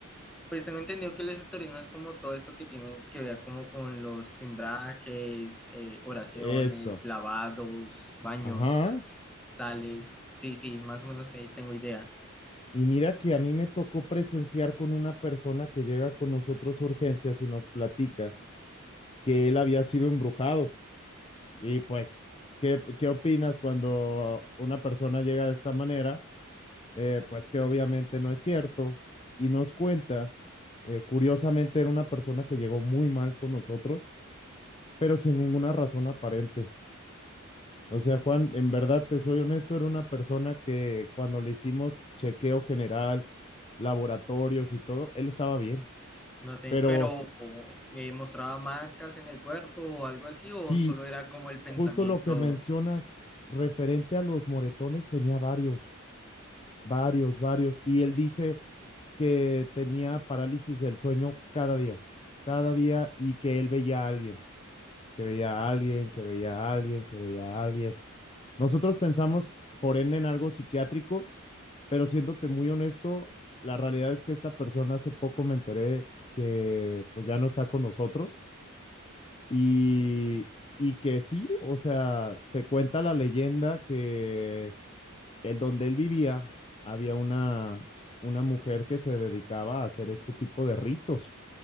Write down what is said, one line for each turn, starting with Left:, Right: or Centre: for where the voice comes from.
Centre: pues tengo entendido que el esoterismo es como todo esto que tiene que ver como con los embrajes, eh, oraciones,
Left: Eso.
Centre: lavados, baños,
Left: Ajá.
Centre: sales. Sí, sí, más o menos eh, tengo idea.
Left: Y mira que a mí me tocó presenciar con una persona que llega con nosotros a urgencias y nos platica que él había sido embrujado. Y pues, ¿qué, qué opinas cuando una persona llega de esta manera? Eh, pues que obviamente no es cierto. Y nos cuenta, eh, curiosamente era una persona que llegó muy mal con nosotros, pero sin ninguna razón aparente. O sea, Juan, en verdad te soy honesto, era una persona que cuando le hicimos chequeo general, laboratorios y todo, él estaba bien.
Centre: No te,
Left: Pero
Centre: pero o, ¿me mostraba marcas en el cuerpo o algo así o
Left: sí,
Centre: solo era como el pensamiento?
Left: justo lo que mencionas referente a los moretones, tenía varios, varios, varios. Y él dice que tenía parálisis del sueño cada día, cada día y que él veía a alguien, que veía a alguien, que veía a alguien, que veía a alguien. Nosotros pensamos, por ende, en algo psiquiátrico, pero siéndote muy honesto, la realidad es que esta persona hace poco me enteré que pues ya no está con nosotros Y, y que sí, o sea, se cuenta la leyenda que el donde él vivía había una, una mujer que se dedicaba a hacer este tipo de ritos